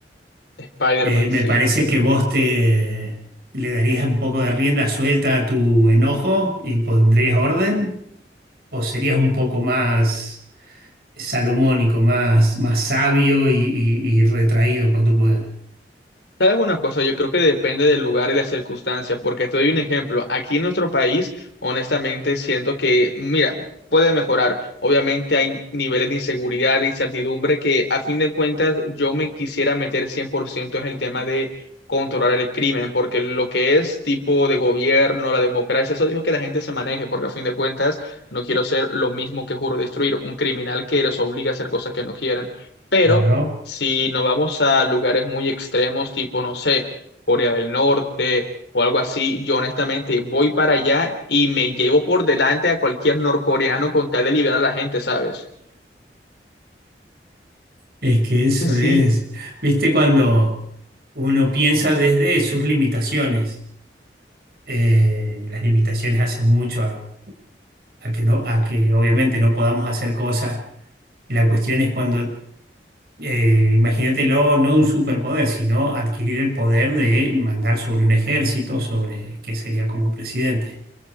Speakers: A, on the left (about 75°); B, on the right (about 55°).
A: Spider-Man,
B: Eh, me
A: sí.
B: parece que vos te le darías un poco de rienda suelta a tu enojo y pondrías orden, o serías un poco más salomónico, más, más sabio y, y y retraído con tu poder.
A: ¿Sabes una cosa? Yo creo que depende del lugar y la circunstancia, porque te doy un ejemplo. Aquí en nuestro país, honestamente, siento que, mira, puede mejorar. Obviamente hay niveles de inseguridad, de incertidumbre, que a fin de cuentas yo me quisiera meter 100% en el tema de controlar el crimen, porque lo que es tipo de gobierno, la democracia, eso dijo que la gente se maneje, porque a fin de cuentas no quiero ser lo mismo que juro destruir, un criminal que los obliga a hacer cosas que no quieran. Pero...
B: Claro.
A: Si nos vamos a lugares muy extremos, tipo, no sé, Corea del Norte o algo así, yo honestamente voy para allá y me llevo por delante a cualquier norcoreano con tal de liberar a la gente, ¿sabes?
B: Es que eso
A: Que sí.
B: es, viste, cuando uno piensa desde sus limitaciones, eh, las limitaciones hacen mucho a, a que no, a que obviamente no podamos hacer cosas. la cuestión es cuando, eh, imagínatelo, no no un superpoder, sino adquirir el poder de mandar sobre un ejército, sobre que sería como un presidente.